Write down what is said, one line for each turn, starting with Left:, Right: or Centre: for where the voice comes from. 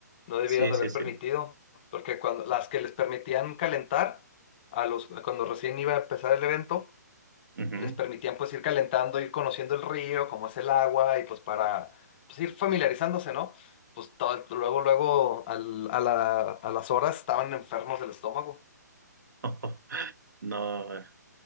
Left: no debieron
Right: Sí,
Left: de
Right: sí,
Left: haber
Right: sí.
Left: permitido, porque cuando las que les permitían calentar, a los, cuando recién iba a empezar el evento,
Right: Ujú.
Left: les permitían pues ir calentando, ir conociendo el río, cómo es el agua y pues para pues, ir familiarizándose, ¿no? Pues todo- luego, luego al- a la- a las horas estaban enfermos del estómago.
Right: <laughs> No, eh,